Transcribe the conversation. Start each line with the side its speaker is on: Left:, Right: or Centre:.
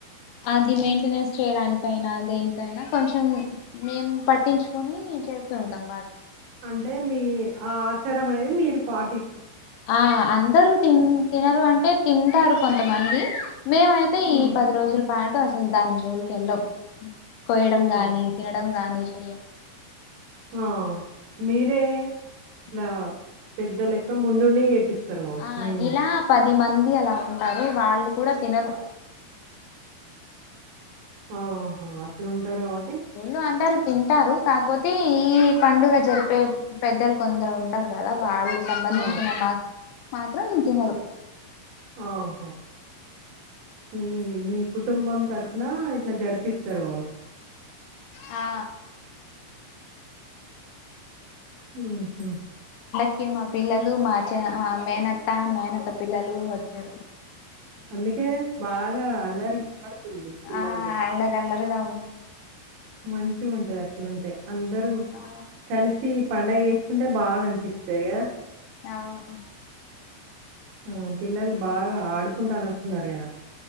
Left: అది మెయింటెనెన్స్ చేయడానికైనా దేనికైనా కొంచెం మేం పట్టించుకొని చే చేస్తుంటాం
Right: అంటే మీ ఆ ఆచారం అనేది మీరు పాటి
Left: ఆ అందరూ తిన్ తినరు అంటే తింటారు కొంతమంది మేమైతే
Right: హ్మ్.
Left: ఈ పది రోజుల పాటు అసలు దాని జోలికి వెళ్ళం. కోయడం
Right: ఆహా!
Left: గాని తినడం గాని చెయ్యం
Right: ఆ మీరే ఇలా పెద్ద లెక్క ముందుండి చేపిస్తారు కావచ్చు.
Left: ఆ
Right: మీ
Left: ఇలా పది మం అలా ఉంటారు వాళ్ళు కుడా తినరు
Right: ఆహా అట్లుంటారు కాబ
Left: ఊర్లో అంటారు తింటారు కాక్పోతీ ఈ పండుగ జరిపే పెద్దలు కొందరు ఉంటారు కదా వాళ్ళు సంబంధించిన
Right: ఆ!
Left: మా మాత్రం తినరు
Right: ఓహో మీ మీ కుటుంబం తరపున ఇట్లా జరిపిస్తారు కా
Left: ఆ
Right: మ్మ్ హు
Left: కి మా పిల్లలు మా చె హా మేనత్త, మేనత్త పిల్లలు వచ్చారు.
Right: అందుకే బాగా అల్లరి విన్పడుతుంది పిల్లల్ది.
Left: ఆ <unintelligible> ఉంది
Right: మంచిగుంటది అట్లుంటే అందరు
Left: ఆ
Right: కలిసి పండగ చేసుకుంటే బాగా అనిపిత్తది కదా
Left: అవును
Right: ఓ పిల్లలు బాగా ఆడు కుంటనట్టు ఉన్నరు కదా